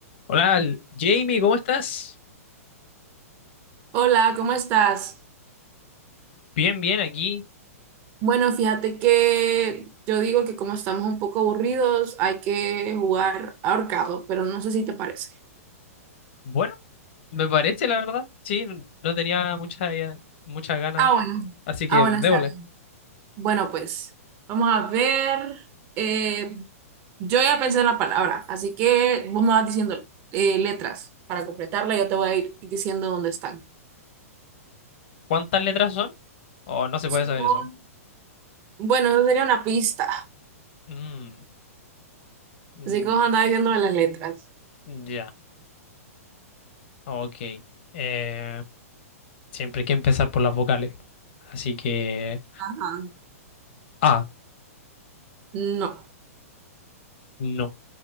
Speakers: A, on the left; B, on the right.
A: Hola, L- Jamie, ¿cómo estás?
B: Hola, ¿cómo estás?
A: Bien, bien, aquí.
B: Bueno, fíjate que yo digo que como estamos un poco aburridos, hay que jugar ahorcado, pero no sé si te parece.
A: Bueno, me parece, la verdad. Sí, n- no tenía muchas idea- muchas ganas.
B: Ah, bueno.
A: Así que
B: Ah, bueno,
A: démosle.
B: está bien. Bueno, pues vamos a ver. Eh, yo ya pensé en la palabra, así que vos me vas diciendo eh, letras para completarla. Yo te voy a ir diciendo dónde están.
A: ¿Cuántas letras son? Oh, no se
B: Son-
A: puede saber eso.
B: Bueno, eso sería una pista.
A: Mm, mm,
B: Así que vos andás diciéndome las letras.
A: ya, ok. Eh, siempre hay que empezar por las vocales. Así que...
B: Ajá.
A: Ah,
B: No.
A: no.